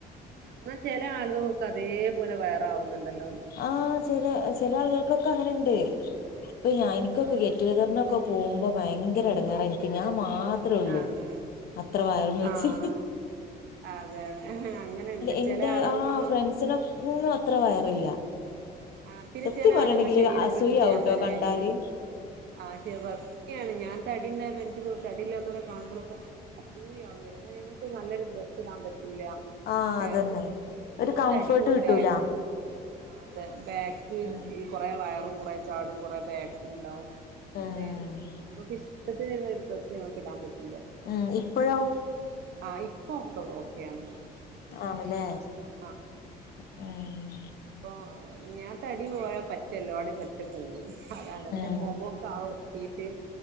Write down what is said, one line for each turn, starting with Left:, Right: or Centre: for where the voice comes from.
Right: എന്നാൽ ചില ആളുകൾക് അതേപോലെ വയറ് ആവുന്നുണ്ടല്ലോ
Left: ആഹ് ചില ചില ആളുകൾക്കൊക്കെ അങ്ങനെണ്ട്
Right: ആളുകൾക്ക്
Left: ഇപ്പൊ ഞാ എനിക്കൊക്കെ
Right: ആഹ്
Left: ഗെറ്റ്ഗദറിനൊക്കെ പോകുമ്പോ ഭയങ്കര ഇടങ്ങാറനിക്ക് ഞാൻ മാത്ര ത്രേള്ളൂ
Right: ആഹ്
Left: അത്ര വയറും വച്ച്
Right: ആഹ് അതെ അതെ അങ്ങനെണ്ട്
Left: എന്റെ
Right: ചില ആളുകൾക്കൊന്നും
Left: ആഹ് ഫ്രണ്ട്സിന അത്ര വയറില്ല.
Right: ആഹ് പിന്നെ
Left: സത്യം
Right: ചില
Left: പറയണെങ്കില്
Right: ആളുകള് ശരീര
Left: അസൂയാവുട്ടോ
Right: പ്രകൃതി അങ്ങനെ
Left: കണ്ടാല്
Right: ആയിരിക്കും ആഹ് ശ ണ് ഞാൻ തടിണ്ടായപ്പോ എനിക്ക് തടിയില്ലാത്തവരെ കാണുമ്പോഴൊക്കെ അസൂയാവുംര എന്നാൽ ഞമുക്ക് നല്ലൊരു ഡ്രസ്സ് ഇടാൻ പറ്റൂല
Left: ആഹ്
Right: <unintelligible> ഏഹ്
Left: അതന്നെ ഒരു
Right: നമ്മള്
Left: കംഫേർട്ട്
Right: തടിക്കവാ
Left: കിട്ടൂല
Right: ബാഗ ആഹ് അതെ ബാക്ക്
Left: ഉം
Right: ഈ കൊറേ വയറും കൊറെ ചാടും കൊറെ ബാക്കും ഇണ്ടാവും
Left: ഉം
Right: അതെ നമുക്ക് ഇഷ്ടത്തിന് ഡ്രസ്സ് നമുക്ക് ഇടാൻ പറ്റൂല്ല
Left: ഉം ഇപ്പൊഴോ?
Right: ആ ഇപ്പ ഒക്കെ ഓക്കെയാണ് അപ്പൊ ഞാൻ
Left: ആണല്ലേ
Right: ഏത് <unintelligible>
Left: ഉം
Right: അപ്പ ഞാൻ തടി പോയാ പറ്റെ എല്ലാടയും പറ്റെ പോക്കും അതാണ്
Left: ഉം
Right: പിന്നെ മുഖക്കെ ആ ഒട്ടിട്ട്